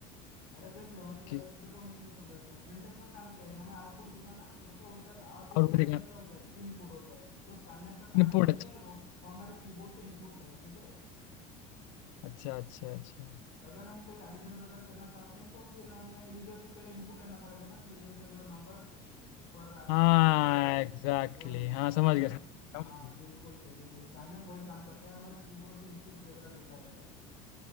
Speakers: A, on the left; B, on the left.
A: अरे देख लो मतलब
B: कि
A: देखो मैं तुम्हें समझा देता हूँ प्रिंटफ का काम क्या है हमें आउटपुट दिखाना उसका उल्टा आउटपुट
B: और
A: का
B: भी
A: उल्टा
B: देखा
A: क्या होता है इनपुट होता है तो उस कार्नैप का काम
B: इनपुट।
A: यह है कि वो, वो हमारे कीबोर्ड से इनपुट लेगा ठीक है
B: अच्छा अच्छा अच्छा
A: अगर हम कोई एडिशन वगैरह करना चाहते हैं तो फिर हमें यूजर से पहले इनपुट लेना पड़ेगा ना please enter your number for addition
B: हाँ एग्जैक्टली
A: वही
B: exactly.
A: स्कैनर
B: हाँ समझ गया समझ
A: हाँ
B: गया।
A: बिल्कुल सही बिल्कुल स्कैनर वही काम करता है हमारा कीबोर्ड से इनपुट्स वगैरह लेता रहता है